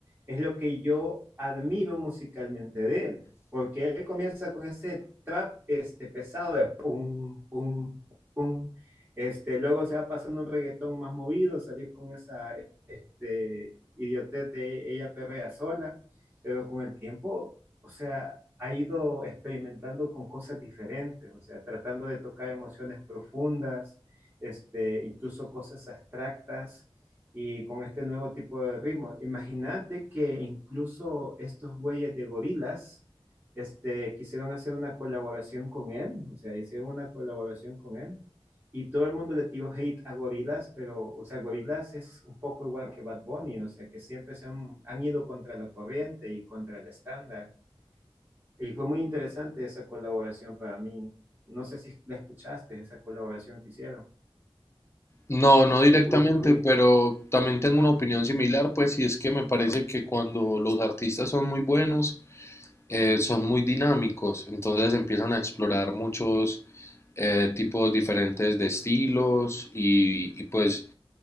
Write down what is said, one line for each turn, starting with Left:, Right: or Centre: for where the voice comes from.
Right: es lo que yo admiro musicalmente de él, porque él comienza con ese trap este, pesado de pum, pum, pum, este, luego se va pasando un reggaetón más movido, salió con esa este, idiotez de ella perrea sola, pero con el tiempo, o sea, ha ido experimentando con cosas diferentes, o sea, tratando de tocar emociones profundas, este, incluso cosas abstractas y con este nuevo tipo de ritmo. Imagínate que incluso estos güeyes de Gorillaz, este, quisieron hacer una colaboración con él, o sea, hicieron una colaboración con él y todo el mundo le tiró hate a Gorillaz, pero, o sea, Gorillaz es un poco igual que Bad Bunny, o sea, que siempre se han, han ido contra la corriente y contra el estándar. Y fue muy interesante esa colaboración para mí. No sé si la escuchaste, esa colaboración que hicieron.
Left: No, no directamente,
Right: ¿La pudiste oír?
Left: pero también tengo una opinión similar, pues, y es que me parece que cuando los artistas son muy buenos, eh, son muy dinámicos, entonces empiezan a explorar muchos eh, tipos diferentes de estilos y, y pues